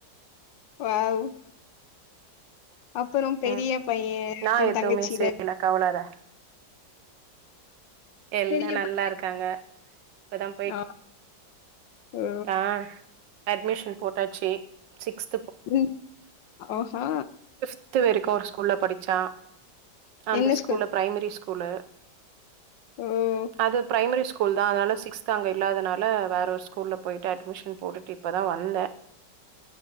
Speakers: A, on the left; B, on the right.
A: வாவ் அப்பொறம் பெரிய
B: ம்
A: பைய
B: நான்
A: அப்பறோ
B: எதுவுமே
A: தங்கச்சில
B: செய்யல கவ்லர எல்லாம்
A: பெரிய
B: நல்லா
A: பை
B: இருக்காங்க இப்பதான் போயிட்டு
A: ஆ ஓ
B: ஆஹ் அட்மிஷன் போட்டாச்சு சிக்ஸ்த்
A: உம் ஓஹா
B: த்து வரைக்கு ஒரு ஸ்கூல்ல படி ட்ச்சான் அந்த
A: என்ன
B: ஸ்கூல்ல
A: ஸ்கூல்
B: பிரைமரி ஸ்கூலு
A: ஓ
B: அது பிரைமரி ஸ்கூல் ஸ்கூல் தான் அதனால சிக்ஸ்த் அங்கே இல்லாதனால வேற ஒரு ஸ்கூல்ல போயிட்டு அட்மிஷன் போட்டுட்டு இப்போதான் வந்தேன்